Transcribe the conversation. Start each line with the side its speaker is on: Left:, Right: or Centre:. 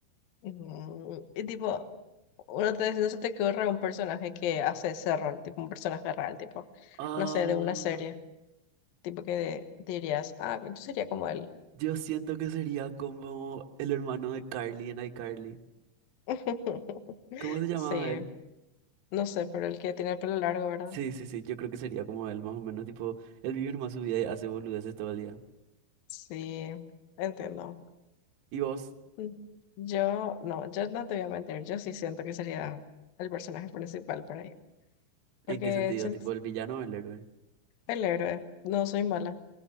Left: Mm, Y tipo, uno te, no se te ocurre un personaje que hace ese rol, tipo un personaje real, tipo,
Right: Ah,
Left: no sé, de una serie, tipo que dirías, ah, yo sería como él.
Right: yo siento que sería como el hermano de Carly en iCarly.
Left: <laughs>
Right: ¿Cómo se llamaba
Left: Sí,
Right: él?
Left: no sé, pero el que tiene el pelo largo, ¿verdad?
Right: Sí, sí, sí, yo creo que sería como él, más o menos, tipo, él vive nomás su vida y hace boludeces todo el día.
Left: Sí, entiendo.
Right: ¿Y vos?
Left: Mm, Yo, no, yo no te voy a mentir, yo sí siento que sería el personaje principal por ahí, porque
Right: ¿En qué sentido?
Left: siento-
Right: ¿Tipo el villano o el héroe?
Left: el héroe, no soy mala.